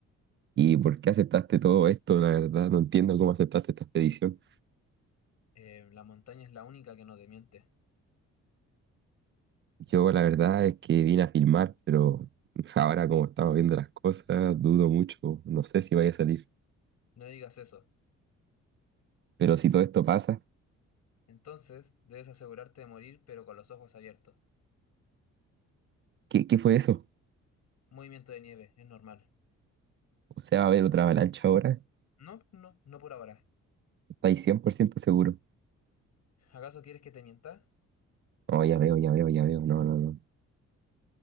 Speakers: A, on the right; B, on the left.
A: ¿Y por qué aceptaste todo esto? La verdad, no entiendo cómo aceptaste esta expedición.
B: Eh, la montaña es la única que no te miente.
A: Yo la verdad es que vine a filmar, pero <laughs> ahora como estamos viendo las cosas, dudo mucho, no sé si vaya a salir.
B: No digas eso.
A: Pero si todo esto pasa,
B: Entonces, debes asegurarte de morir, pero con los ojos abiertos.
A: ¿qué, qué fue eso?
B: Movimiento de nieve, es normal.
A: O sea, ¿va a haber otra avalancha ahora?
B: No, no, no por ahora.
A: ¿Estáis 100% seguro?
B: ¿Acaso quieres que te mienta?
A: No, ya veo, ya veo, ya veo, no, no, no.